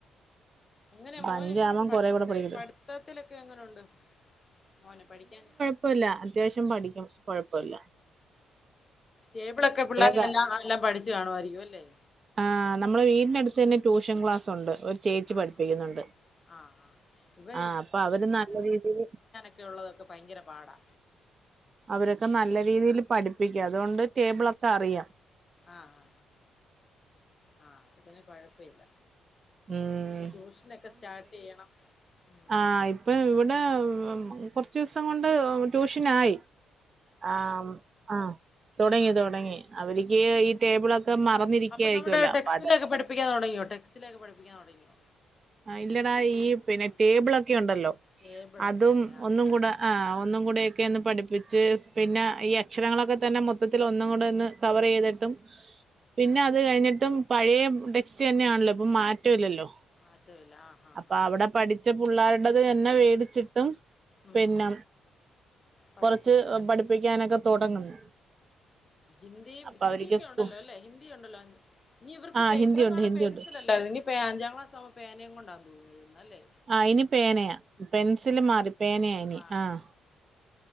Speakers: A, on the left; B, on the right.
A: എങ്ങനെ മോന്
B: അഞ്ചാവാൻ
A: എങ്ങനെണ്ട് പഠി
B: കൊറേ കൂടെ പഠിക്കണം
A: പഠിത്തത്തിലൊക്കെ എങ്ങനൊണ്ട് മോന് പഠിക്കാൻ
B: ക്കൊഴപ്പല്ല അത്യാവശ്യം പഠിക്കും ക്കൊഴപ്പൊല്ല
A: ടേബിളൊക്ക പിള്ളേര്
B: കാ
A: എല്ലാം എല്ലാം പഠിച്ചു കാണുമായിരിക്കും അല്ലേ
B: ആഹ് നമ്മളെ വീടിന് അടുത്ത് തന്നെ ട്യൂഷൻ ക്ലാസ് ഉണ്ട് ഒരു ചേച്ചി
A: ആഹ്
B: പഠി പിക്ക്ന്നുണ്ട്
A: ആഹ് ആഹ് ഇവ
B: ആഹ് അപ്പൊ അവര് നല്ല രീതിയില്
A: മറ്റു ഉള്ളതൊക്കെ ഭയങ്കര പാടാ
B: അവരൊക്കെ നല്ല രീതിയിൽ പഠിപ്പിക്കും അതുകൊണ്ട് ടേബിളൊക്കെ അറിയാം
A: ആഹ് ആഹ് അങ്ങനെ കൊഴപ്പമില്ല
B: ഉം
A: ട്യൂഷനൊക്കെ സ്റ്റാർട്ട് ചെയ്യണം ഉം
B: ആഹ് ഇപ്പം ഇവിടെ ക്കൊറച്ചോസം കൊണ്ട് ട്യൂഷനായി ആഹ് അഹ് തുടങ്ങി
A: ആഹ്
B: തുടങ്ങി അവരിക്ക്
A: ആഹ്
B: ഈ ടേബിൾ ക്കെ മറന്നിരിക്കയായിരിക്കല്ലോ
A: അപ്പൊ നമ്മുടെ
B: അപ്പോ
A: ടെക്സ്റ്റിലൊക്കെ
B: അത്
A: പഠിപ്പിക്കാൻ തുടങ്ങിയോ ടെസ്റ്റ് ലൊക്കെ പഠിപ്പിക്കാൻ തുടങ്ങിയോ
B: ഇല്ലടാ ഈ പിന്നെ
A: ഇല്ല
B: ടേബിളൊക്കെ ഉണ്ടല്ലോ
A: ടേബിളൊക്കെ
B: അതും
A: അല്ലേ ആഹ്
B: ഒന്നും കൂടെ ആഹ് ഒന്നും കൂടെയൊക്കെ ഒന്ന് പഠിപ്പിച്ച് പിന്നെ ഈ അക്ഷരങ്ങളൊക്കെ തന്നെ മൊത്തത്തിൽ ഒന്നും കൂടെ ഒന്ന് കവർ ചെയ്തിട്ടും പിന്നെ അത് കഴിഞ്ഞിട്ടും പഴയെ ടെക്സ്റ്റ് തന്നെയാണല്ലോ ഇപ്പൊ മാറ്റം ഇല്ലല്ലോ
A: മാറ്റം ഇല്ല ആഹ് ആഹ്
B: അപ്പൊ
A: ആഹ്
B: അവിടെ പഠിച്ച പുള്ളാരുടേത് എന്നെ മേടിച്ചിട്ടും
A: ഉം
B: പിന്ന
A: പഠിപ്പിക്കും
B: കൊറച്ച്
A: അല്ലേ
B: പഠിപ്പിക്കാനൊക്കെ തുടങ്ങുന്നു
A: ഹിന്ദിയും
B: അപ്പൊ
A: ഹിന്ദിയൊക്കെ
B: അവർക്ക് സ്കൂ
A: ഉണ്ടല്ലോ അല്ലേ ഹിന്ദി ഉണ്ടല്ലോ ഇനി ഇവർക്ക്
B: ആ ഹിന്ദിയുണ്ട്
A: ഇത്ര നാള്
B: ഹിന്ദിയുണ്ട്
A: പെൻസില് ഇനി അഞ്ചാം ക്ലാസ് ആകുമ്പോ പേനയും കൊണ്ടാ തോന്നുന്നു അല്ലേ
B: ആഹ് ഇനി പേനയാ പെൻസില് മാറി പേനയാ ഇനി
A: മാറി
B: ആഹ്